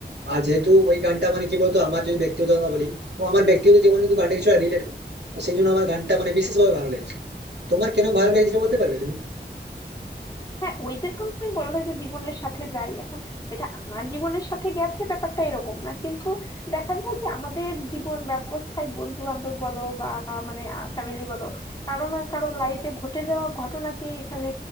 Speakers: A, on the right; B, on the left.
A: আর যেহেতু ওই গানটা মানে কি বলতো আমার যদি ব্যক্তিগত কথা বলি ও আমার ব্যক্তিগত জীবনে কিন্তু গানটা কিছু রিলেট করে তো সেই জন্য আমার গানটা মানে বিশেষভাবে ভালো লেগেছে তোমার কেন ভালো লেগেছিল বলতে পারবে তুমি
B: হ্যাঁ ওই যে তুমি বললে যে জীবনের সাথে যাই এখন এটা আমার জীবনের সাথে গেছে ব্যাপারটা এরকম না কিন্তু দেখা যায় কি আমাদের জীবন ব্যবস্থায় বন্ধু বান্ধব বলো বা মানে ফ্যামিলি বলো কারো না কারো লাইফে ঘটে যাওয়া ঘটনাকে এখানে